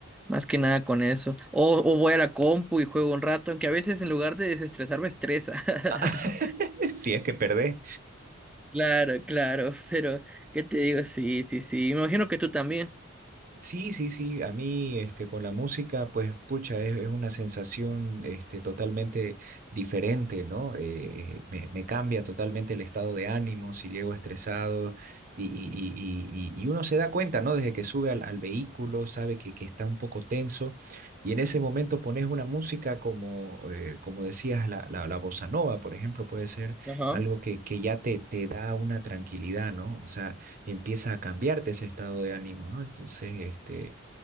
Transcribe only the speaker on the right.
Ah, <laughs>
si es que perdés.
Sí, sí, sí, a mí este, con la música, pues pucha, es, es una sensación este, totalmente diferente, ¿no? Eh, me, me cambia totalmente el estado de ánimo si llego estresado y, y, y, y- y y uno se da cuenta, ¿no? Desde que sube al, al vehículo, sabe que, que está un poco tenso y en ese momento pones una música como, eh, como decías, la, la, la bossa nova, por ejemplo, puede ser
algo que, que ya te, te da una tranquilidad, ¿no? O sea empieza a cambiarte ese estado de ánimo, ¿no? Entonces, este,